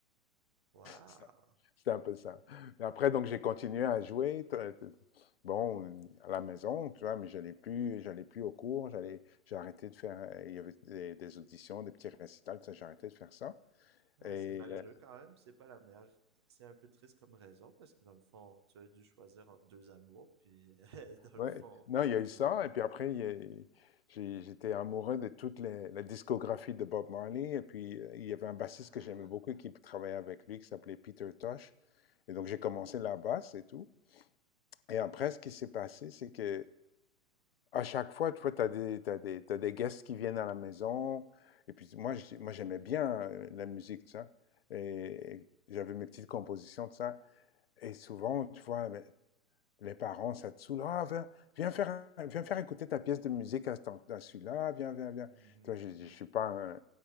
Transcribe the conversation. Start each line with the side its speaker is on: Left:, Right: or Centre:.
Right: wow.
Left: Ça- C'était un peu ça. Mais après, donc, j'ai continué à jouer. t- euh, t- Bon, à la maison, tu vois, mais j'allais plus, j'allais plus au cours. J'allais, j'ai arrêté de faire, euh, il y avait des, des auditions, des petits récitals, tout ça, j'ai arrêté de faire ça.
Right: Ah,
Left: Et,
Right: c'est malheureux
Left: euh,
Right: quand même, c'est pas la meilleure. C'est un peu triste comme raison, parce que dans le fond, tu as dû choisir entre deux amours, puis <laughs> dans le
Left: ouais,
Right: fond.
Left: non, il y a eu ça.
Right: Ah ouais.
Left: Et puis après, il y a- j'ai- j'étais amoureux de toute les- la discographie de Bob Marley. Et puis, euh, il y avait un bassiste
Right: Ah.
Left: que j'aimais beaucoup qui travaillait avec lui, qui s'appelait Peter Tosh. Et donc, j'ai commencé la basse et tout. Et après, ce qui s'est passé, c'est que à chaque fois, tu vois, t'as des, t'as des, t'as des guests qui viennent à la maison. Et puis moi, j'ai- moi j'aimais bien euh, la musique, tu vois. Et,
Right: Mhm,
Left: et j'avais mes petites compositions, de ça. Et souvent, tu vois, ben, les parents, ça te saoule. Ah, viens, viens faire, un- viens faire écouter ta pièce de musique à, cet en- à celui-là. Viens, viens, viens.
Right: mhm,
Left: Tu vois, je, je
Right: mhm.
Left: suis pas un,